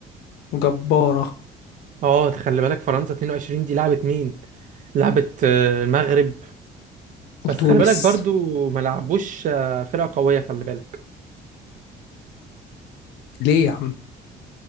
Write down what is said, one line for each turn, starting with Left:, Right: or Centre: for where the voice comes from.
Left: جبارة
Right: اه خلي بالك فرنسا 22 دي لعبت مين لعبت آه، المغرب
Left: وتونس
Right: بس خلي بالك برضو ما لعبوش آه، فرقه قويه خلي بالك
Left: ليه يا عم؟